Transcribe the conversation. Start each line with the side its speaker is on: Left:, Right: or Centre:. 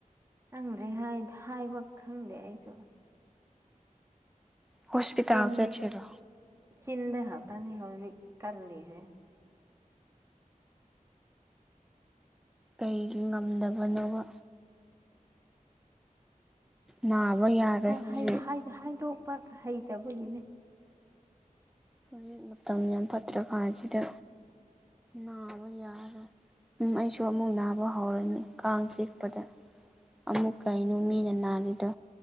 Right: ꯅꯪꯗ꯭ꯔꯦ ꯍꯥꯏꯕ ꯈꯪꯗꯦ ꯑꯩꯁꯨ
Centre: ꯍꯣꯁꯄꯤꯇꯥꯜ
Right: ꯆꯤꯟ
Centre: ꯆ ꯁꯤꯔꯣ
Right: ꯆꯤꯟꯗ ꯍꯥꯇꯥꯅꯤ ꯍꯧꯖꯤꯛ ꯀꯜꯂꯤꯁꯦ
Centre: ꯀꯩꯒꯤ ꯉꯝꯗꯕꯅꯣꯕ ꯅꯥꯕ ꯌꯥꯔꯣꯏ ꯍꯧꯖꯤꯛ
Right: ꯈꯪꯗꯦꯗꯤ ꯍꯥꯏꯗꯣꯛꯄ ꯍꯩꯇꯕꯒꯤꯅꯦ
Centre: ꯍꯧꯖꯤꯛ ꯃꯇꯝ ꯌꯥꯝ ꯐꯠꯇ꯭ꯔꯀꯥꯁꯤꯗ ꯅꯥ <unintelligible> ꯎꯝ ꯑꯩꯁꯨ ꯑꯃꯨꯛ ꯅꯥꯕ ꯍꯧꯔꯅꯤ ꯀꯥꯡ ꯆꯤꯛꯄꯗ ꯑꯃꯨꯛ ꯀꯩꯅꯣ ꯃꯤꯅ ꯅꯥꯔꯤꯗꯣ